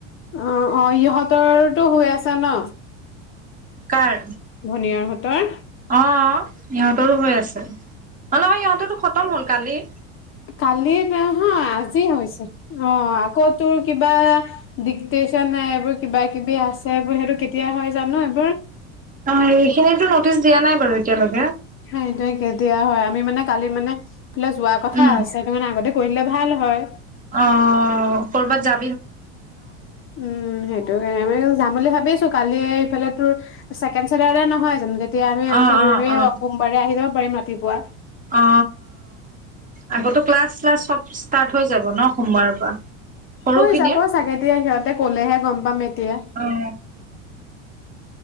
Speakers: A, on the left (about 35°); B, on the right (about 20°).
A: অ-অ, ইহঁতৰতো হৈ আছা ন?
B: কাৰ?
A: ভনিয়ে হঁতৰ।
B: অ', সিহঁতৰো হৈ আছে। নহয় সিহঁতৰ খতম হ'ল কালি।
A: কালি নহয় আজি হৈছে অ', আকৌ তোৰ কিবা ডিক্টেশচন হ এইবোৰ কিবা কিবি আছে বুলি সেইটো কেতিয়াই হয়। জানো এবাৰ
B: অ এইখিনিতো নটিচ দিয়া নাই বাৰু এতিয়ালৈকে
A: সেইটোৱে কেতিয়া হয় আমি মানে কালি মানে সেইফালে যোৱা কথা
B: উম
A: আছে সেইটো মানে আগতে কৰিলে ভাল হয়
B: অ ক'ৰবাত যা
A: উম সেইটো কাৰণে আ যাম বুলি ভাবিছোঁ কালি এইফালে তোৰ ছেকেণ্ড চাটাৰডে নহয় জানো তেতিয়া আমি
B: অ
A: আহ ঘূৰি
B: অ অ
A: সোমবাৰে আহ যাব পাৰিম ৰাতিপুৱা
B: অ আগতো ক্লাছ শ্লাচ চব। ষ্টাৰ্ট হৈ যাব ন সোমবাৰৰ পৰা সৰুখিনিৰ
A: হৈ যাব চাগে দিয়া সিহঁতে ক'লেহে গম পাম এতিয়া
B: অ